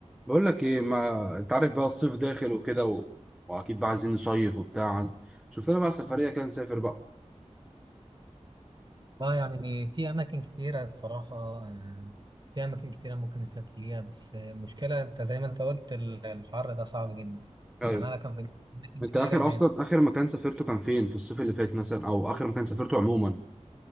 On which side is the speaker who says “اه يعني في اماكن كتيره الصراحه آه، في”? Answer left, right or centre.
Right